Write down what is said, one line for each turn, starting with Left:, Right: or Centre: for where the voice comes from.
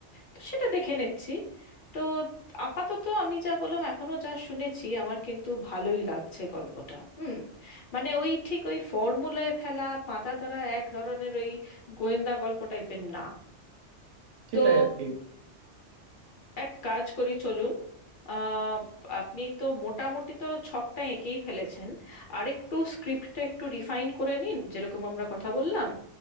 Left: তো সেটা দেখে নিচ্ছি তো আপাতত আমি যা বললাম এখনো যা শুনেছি আমার কিন্তু ভালোই লাগছে গল্পটা হুম মানে ওই ঠিক ওই ফর্মুলায় ফেলা বাঁধা ধরা এক ধরনের ওই গোয়েন্দা গল্প টাইপের না
Right: সেটাই
Left: তো
Right: আর কি
Left: এক কাজ করি চলুন আহ, আপনি তো মোটামুটি তো ছকটা এঁকেই ফেলেছেন আরেকটু স্ক্রিপ্টটা একটু রিফাইন করে নিন যেরকম আমরা কথা বললাম